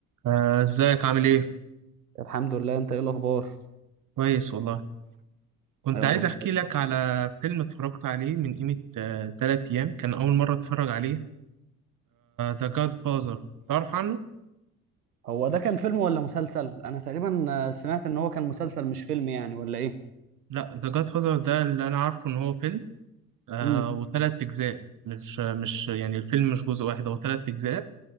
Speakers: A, on the right (about 45°); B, on the right (about 85°).
A: آه، ازيك عامل ايه؟
B: الحمد لله انت ايه الاخبار
A: كويس والله كنت
B: يا
A: عايز
B: رب
A: احكي لك على فيلم اتفرجت عليه من قيمة آه، تلات ايام كان اول مرة اتفرج عليه ذا جاد فازر تعرف عنه؟
B: هو ده كان فيلم ولا مسلسل انا تقريبا آه، سمعت ان هو كان مسلسل مش فيلم يعني ولا ايه
A: لا ذا جاد فازر ده اللي انا عارفه ان هو فيلم آه
B: امم
A: وتلات اجزاء مش مش يعني الفيلم مش جزء واحد هو تلات اجزاء